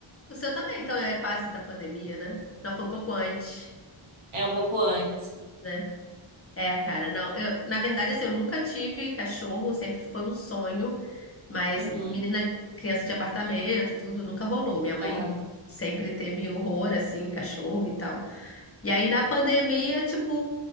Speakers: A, on the left; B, on the right.
A: O seu também, então é quase da pandemia, né? Não, foi um pouco antes,
B: É um pouco antes.
A: né? É, cara, não. Eu, na verdade, assim, eu nunca tive cachorro, sempre foi um sonho, mas
B: Uhum,
A: menina, criança de apartamento e tudo, nunca rolou. Minha mãe
B: aham.
A: sempre teve horror, assim, cachorro e tal. E aí na pandemia, tipo,